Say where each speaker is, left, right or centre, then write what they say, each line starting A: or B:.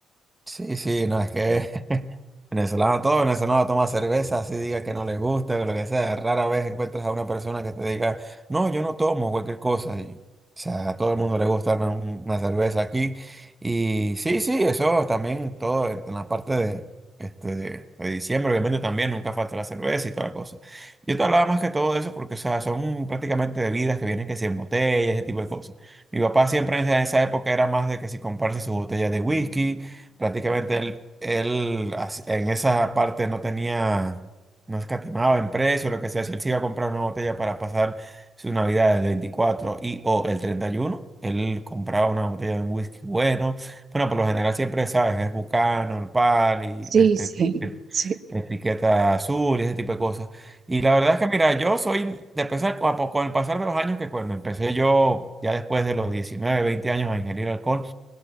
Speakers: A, on the right; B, on the right.
A: Sí, sí, no, es que <laughs> venezolano, todo venezolano toma cerveza, así diga que no le gusta, o lo que sea. Rara vez encuentras a una persona que te diga, no, yo no tomo cualquier cosa. Y, o sea, a todo el mundo le gusta una, una cerveza aquí. Y sí, sí, eso también todo en en la parte de, este, de, de diciembre, obviamente también nunca falta la cerveza y toda la cosa. Yo te hablaba más que todo de eso porque, o sea, son prácticamente bebidas que vienen que si en botellas, ese tipo de cosas. Mi papá siempre en esa en esa época era más de que si comprarse su botella de whisky prácticamente él, él as- en esa parte no tenía, no escatimaba en precio, lo que sea. Si él se iba a comprar una botella para pasar su Navidad del 24 y o el 31 él compraba una botella de un whisky bueno. Bueno, por lo general siempre, ¿sabes? Es Bucano, el Pal y
B: Sí,
A: este,
B: sí, sí.
A: etiqueta azul y ese tipo de cosas. Y la verdad es que, mira, yo soy, de pesar, con con el pasar de los años, que cuando empecé yo, ya después de los 19 20 años a ingerir alcohol,